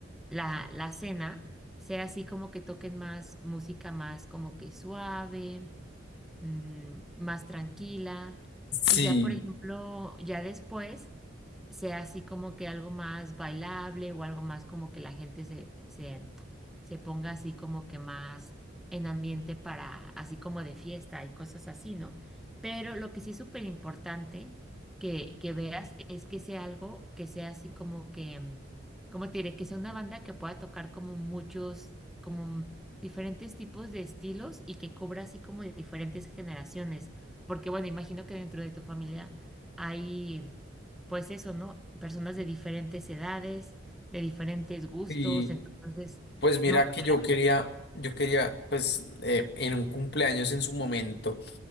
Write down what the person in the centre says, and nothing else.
la, la cena sea así como que toquen más música más como que suave, mm, más tranquila.
Y ya, por ejemplo, ya después sea así como que algo más bailable o algo más como que la gente se, se, se ponga así como que más en ambiente para, así como de fiesta y cosas así, ¿no? Pero lo que sí es súper importante que, que veas es que sea algo que sea así como que, como te diré, que sea una banda que pueda tocar como muchos, como diferentes tipos de estilos y que cubra así como de diferentes generaciones. Porque bueno, imagino que dentro de tu familia hay pues eso, ¿no? Personas de diferentes edades, de diferentes gustos,
entonces,
no,